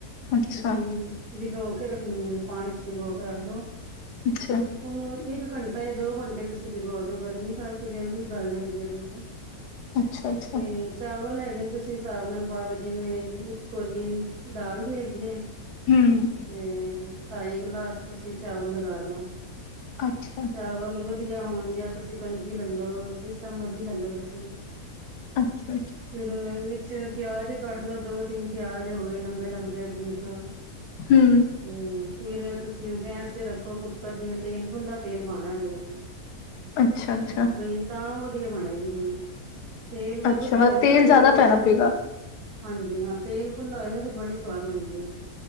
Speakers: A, on the left (about 80°); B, on the right (about 65°).
A: ਅੱਛਾ
B: ਤੁਸੀਂ ਬੀਗੋ ਕੇ ਰੱਖਣੀ ਏ, ਪਾਣੀ ਚ ਬੀਗੋ ਕੇ ਰੱਖ ਦੋ।
A: ਅੱਛਾ
B: ਉਹਨੂੰ ਇਕ ਘੰਟਾ ਇਹ ਦੋ ਘੰਟੇ ਤੁਸੀਂ ਭਿਗੋ ਦੋ ਗਰਮੀ ਕਰਕੇ ਜਲਦੀ ਗਲ ਜਾਂਦੀ ਹੈ ਉਹਦੇ ਚ।
A: ਅੱਛਾ ਅੱਛਾ
B: ਤੇ ਚਾਵਲ ਹੈਗੇ ਨੇ ਤੁਸੀਂ ਹਿਸਾਬ ਨਾਲ ਪਾ ਲਓ ਜਿਵੇਂ ਇੱਕ ਕੋਲੀ ਦਾਲ ਦੀ ਹੈਗੀ ਐ। ਤੇ
A: ਹਮ
B: ਢਾਈ ਗਲਾਸ ਤੁਸੀਂ ਚਾਵਲ ਲਗਾ ਲਓ
A: ਅੱਛਾ।
B: ਚਾਵਲ ਵਧੀਆ ਹੋਣ ਜਾਂ ਤੁਸੀਂ ਕਣਕ ਲੈਲੋ, ਜਿਸ ਤਰ੍ਹਾਂ ਮਰਜ਼ੀ ਕਰ ਲਓ ਤੁਸੀਂ।
A: ਅੱਛਾ-ਅੱਛਾ।
B: ਫੇਰ ਵਿੱਚ ਪਿਆਜ ਕੱਟ ਲੋੋ, ਦੋ-ਤਿੰਨ ਪਿਆਜ ਹੋ ਗਏ ਲੰਬੇ-ਲੰਬੇ ਬਰੀਕ ਹਾਂ।
A: ਹੂੰ
B: ਤੇ ਫੇਰ ਤੁਸੀਂ ਉਹ ਗੈਸ ਤੇ ਰੱਖੋ ਕੁੱਕਰ ਜਿਵੇਂ ਤੇਲ ਖੂਦਾਂ ਤੇਲ ਪਾਣਾ ਉਹਦੇ ਵਿੱਚ।
A: ਅੱਛਾ ਅੱਛਾ
B: ਬਈ ਤਾਂ ਵਧੀਆ ਬਣੇਗੀ ਬਈ ਤੇਲ ਵੀ
A: ਅੱਛਾ
B: ਖੁੱਲਾ
A: ਮਤਲਬ
B: ਹੋਏਗਾ
A: ਤੇਲ
B: ਨਾ ਫੇਰ
A: ਜ਼ਿਆਦਾ
B: ਉਹਦੇ
A: ਪੈਣਾ
B: ਚ
A: ਪਏਗਾ
B: ਹਾਂਜੀ ਹਾਂ ਤੇਲ ਖੁੱਲਾ ਹੋਏਗਾ ਨਾ ਫਿਰ ਬੜੀ ਸਵਾਦ ਬਣਦੀ ਐ।